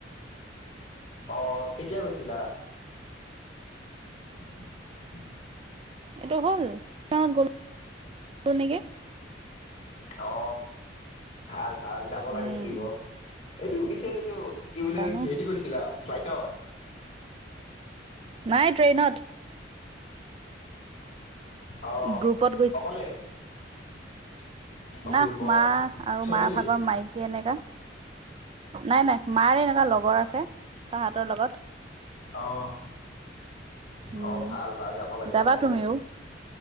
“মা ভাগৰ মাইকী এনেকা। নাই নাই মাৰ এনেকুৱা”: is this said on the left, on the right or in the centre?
Right